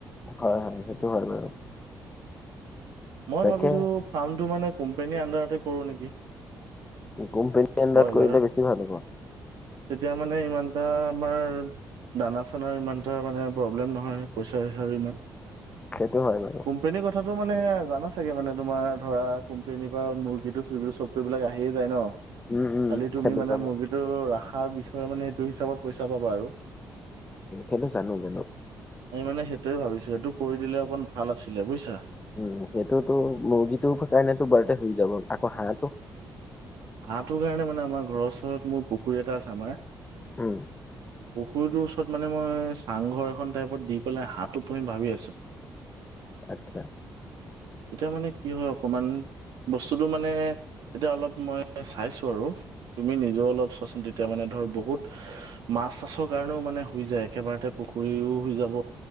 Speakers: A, on the left; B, on the right.
A: হয়-হয় সেইটো হয় বাৰু।
B: মই
A: তাকে
B: ভাবিছো ফাৰ্মটো মানে কোম্পানীৰ আন্দাৰতে কৰো নেকি।
A: কোম্পেনী আন্দাৰত
B: ব্ৰইলাৰ
A: কৰিলে বেছি ভাল হ'ব।
B: তেতিয়া মানে ইমান এটা আমাৰ দানা-চানাৰ ইমান এটা মানে প্ৰব্লেম নহয় পইচা-চ‌ইছাৰো ইমান।
A: সেইটো হয় বাৰু।
B: কোম্পেনীৰ কথাটো মানে এ এল জানা চাগে মানে তোমাৰ ধৰা কোম্পানীৰ পৰা মুৰ্গীটো-চুৰ্গীটো চবটো এইবিলাক আহিয়েই যায় ন '
A: উম উম
B: খালি তুমি
A: খেলো
B: মানে
A: জানো
B: মুৰ্গীটো ৰাখাৰ বিষয়ে মানে সেইটো হিচাপত পইচা পাবা আৰু।
A: সেইটো জানো-জানো।
B: আমি মানে সেইটোৱেই ভাবিছো এইটো কৰি দিলে অকন ভাল আছিলে বুজিছা।
A: উম, সেইটোতো মুৰ্গীটোৰ কাৰণেতো কিবা এক হৈ যাব আকৌ হাঁহটো
B: হাঁহটোৰ কাৰণে মানে আমাৰ ঘৰৰ ওচৰত মোৰ পুখুৰী এটা আছে আমাৰ
A: উম
B: পুখুৰীটোৰ ওচৰত মানে মই চাংঘৰ এখন টাইপত দি পেলাই হাতটো পুহিম ভাবি আছো।
A: আচ্ছা।
B: এতিয়া মানে কি হয় অকনমান বস্তুটো মানে এতিয়া অলপ মই চাইছো আৰু তুমি নিজেও অলপ চোৱাচোন তেতিয়া মানে ধৰ বহুত মাছ-চাছৰ কাৰণেও মানে হৈ যায় একেবাৰতে পুখুৰীয়ো হৈ যাব